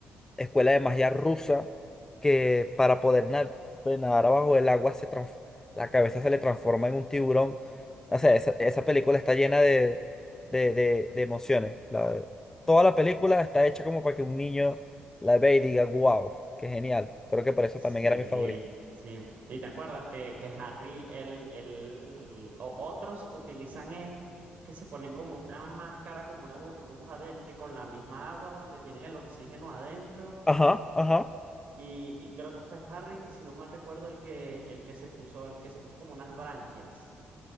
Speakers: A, on the left; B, on the right.
A: escuela de magia rusa que para poder na- de nadar abajo del agua se trans- la cabeza se le transforma en un tiburón. O sea, esa, esa película está llena de, de, de- de emociones. La- toda la película está hecha como para que un niño la vea y diga, wow, qué genial. Creo que por eso
B: Sí,
A: también era mi favorito.
B: sí. ¿Y te acuerdas que, que Harry, el, el, o otros utilizan es que se ponen como una máscara, como una burbuja del, de, con la misma agua donde tienen el oxígeno adentro?
A: Ajá, ajá.
B: Y, y creo que fue Harry, si no mal recuerdo, el que, el que se puso, el que se puso como unas branquias,